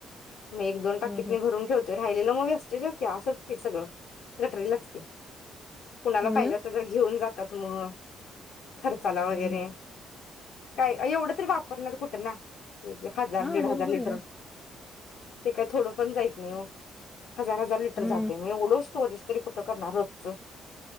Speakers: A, on the left; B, on the left.
A: मी एक-दोन टाकीतने
B: ह ह
A: भरून ठेव राहिलेला मगं वेस्टेज हाय क्या असंच की सगळं गटरीलाच की. कुणाला
B: हो
A: पाहिजे
B: ना
A: असल तर घेऊन जा त्यात मुळ खर्चाला
B: ह
A: वगैरे
B: ह
A: काय अ एवढं तरी वापरणार कुठं ना <unintelligible> हजार
B: हा
A: दिड
B: बरोबर
A: हजार लिटर
B: आहे ना
A: ते काय थोडं पण जाईत नी हो. हजार-हजार लिटर
B: हम्म
A: जाते म एवढा स्टोरेज तरी कुठं करणार रोच्च